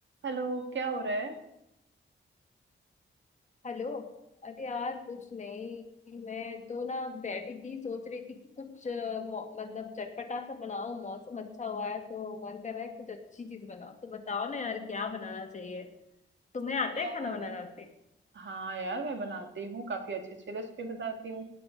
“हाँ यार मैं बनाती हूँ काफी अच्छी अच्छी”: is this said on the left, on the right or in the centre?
Right